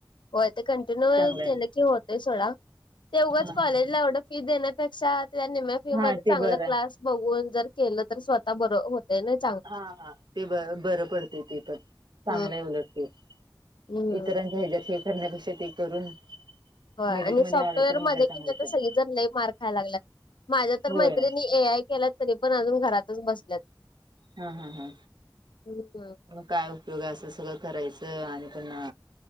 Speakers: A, on the left; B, on the right.
A: हो ते कंटिन्यू
B: चांगलंय
A: केलं की होतय सथोडा ते उगाच
B: हा
A: कॉलेजला
B: हा
A: एवढं. फी देण्यापेक्षा त्या निम्या फी
B: हा
A: मध्ये
B: ते
A: चांगल
B: बरं.
A: क्लास. बघून जर केलं तर स्वतः बर होत नाय.
B: हा हा ते बर बरं पडते ते पण चांगलं
A: हम्म.
B: उलटते.
A: हम्म
B: इतरांच्या हिच्यात हे करण्यापेक्ष ते करून.
A: हो आणि
B: मेरिट मध्ये
A: सॉफ्टवेअर
B: आलं तर
A: मध्ये
B: मग काय चांगलंच
A: कि तर
B: आहे.
A: सगळे जण लय मार् खाय लागलात. माझ्या तर
B: होय
A: मैत्रिणी ए आय केला तरी पण अजून घरातच बसल्यात.
B: हा हा हा.
A: हम्म.
B: मग काय उपयोग असं सगळं करायचं आणि पणा.